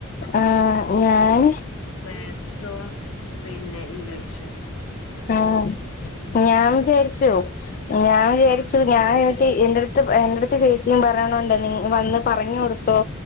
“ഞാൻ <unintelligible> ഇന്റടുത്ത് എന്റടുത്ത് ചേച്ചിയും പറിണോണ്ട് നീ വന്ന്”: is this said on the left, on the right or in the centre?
Left